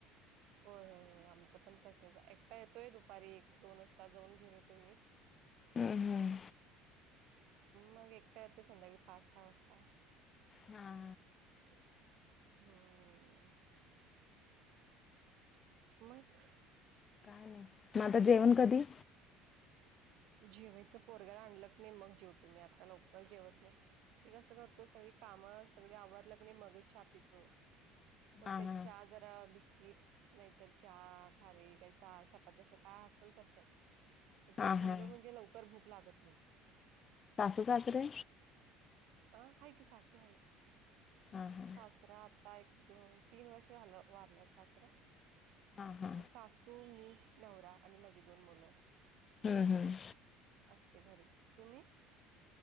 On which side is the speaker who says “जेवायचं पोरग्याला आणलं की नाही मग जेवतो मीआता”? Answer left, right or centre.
Right